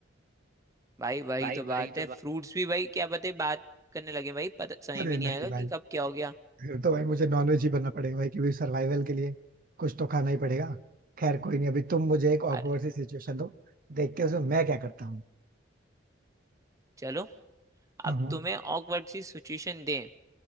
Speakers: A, on the right; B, on the right.
A: भाई वही
B: भाई
A: तो बात
B: भाई तो
A: है
B: बात
A: फ्रूट्स भी भाई क्या पता ही बात करने लगे भाई पता समझ
B: अरे
A: भी
B: नहीं
A: नहीं आएगा
B: भाई
A: कि कब क्या हो गया
B: फिर तो भाई मुझे नॉनवेज ही बनना पड़ेगा भाई क्योंकि सर्वाइवल के लिए कुछ तो खाना ही पड़ेगा खैर कोई नहीं अभी तुम मुझे एक
A: अरे
B: ऑकवर्ड सी सिचुएशन दो देखते हैं उसमें मैं क्या करता हूँ
A: चलो अब
B: हम्म, हम्म।
A: तुम्हें ऑकवर्ड सी सिचुएशन दें